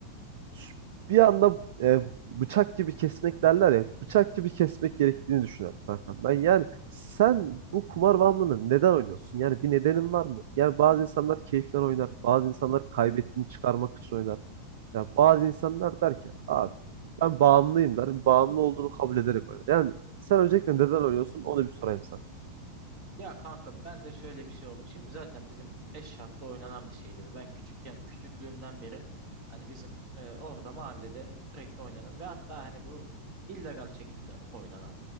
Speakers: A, on the right; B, on the right.
A: şu- bir anda e, bıçak gibi kesmek derler ya. Bıçak gibi kesmek gerektiğini düşünüyorum kankam. Ben yani sen bu kumar bağımlılığını neden oynuyorsun? Yani bir nedenin var mı? Yani bazı insanlar keyiften oynar. Bazı insanlar kaybettiğini çıkarmak için oynar. Ya bazı insanlar der ki abi ben bağımlıyım der. Bağımlı olduğunu kabul ederek oynar. Yani sen öncelikle neden oynuyorsun onu bir sorayım sana.
B: Ya kanka ben de şöyle bir şey oldu. Şimdi zaten bizim Eşraf'ta oynanan bir şeydi bu. Ben küçükken, küçüklüğümden beri hani bizim e, orada mahallede sürekli oynanan ve hatta hani bu illegal şekilde oynanan